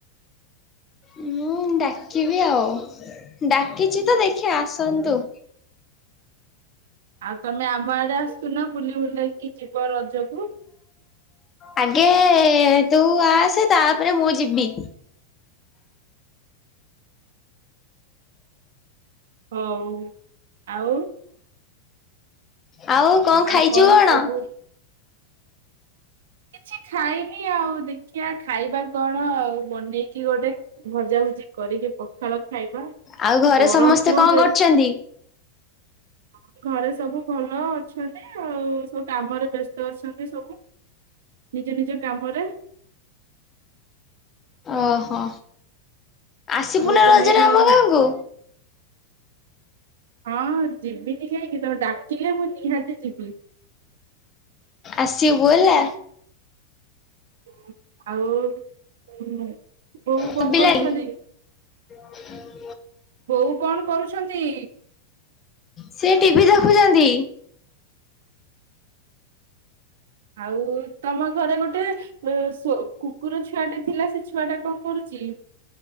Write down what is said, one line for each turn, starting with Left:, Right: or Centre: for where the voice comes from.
Left: ହଁ ଡାକିବି ଆଉ ଡାକିଚ ତ ଦେଖିବା ଆସନ୍ତୁ।
Right: ଆଉ ତମେ ଆମ ଆଡେ ଆସୁନ ବୁଲି ବୁଲେଇକି ଯିବ ରଜକୁ।
Left: ଆଗେ ତୁ ଆସ ତାପରେ ମୁଁ ଯିବି।
Right: ହଉ ଆଉ।
Left: ଆଉ କଣ
Right: ଆଉ
Left: ଖାଇଛୁ କଣ?
Right: ସବୁ କିଛି ଖାଇନି ଆଉ ଦେଖିବା ଖାଇବାକୁ କଣ ଆଉ ବନେଇକି ଗୋଟେ ଭଜା ଭଜି କରିକି ପଖାଳ ଖାଇବା
Left: ଆଉ ଘରେ
Right: ଗରମ
Left: ସମସ୍ତେ
Right: ଯୋଉ
Left: କଣ
Right: ରେ
Left: କରୁଛନ୍ତି?
Right: ହ ଘରେ ସବୁ ଭଲ ଅଛନ୍ତି ଆଉ ସବୁ କାମରେ ବ୍ୟସ୍ତ ଅଛନ୍ତି ସବୁ ନିଜ ନିଜ କାମରେ।
Left: ଓହୋ। ଆସିବୁନା
Right: ଆଉ ତମେ
Left: ରଜରେ ଆମ ଗାଁକୁ?
Right: ହଁ ଯିବିନି କାହିଁକି ତମ ଡାକିଲେ ମୁଁ ନିହାତି ଯିବି।
Left: ଆସିବୁ ହେଲା।
Right: ହ ଆଉ ହୁ ବୋଉ
Left: ଶୁଭିଲାଣି।
Right: କଣ କରୁଛନ୍ତି?
Left: <unintelligible>
Right: ବୋଉ କଣ କରୁଛନ୍ତି?
Left: ସେ ଟିଭିି ଦେଖୁଛନ୍ତି।
Right: ଆଉ ତମ ଘରେ ଗୋଟେ ସ କୁକୁର ଛୁଆ ଟା ଥିଲା ସେ ଛୁଆ ଟା କଣ କରୁଚି?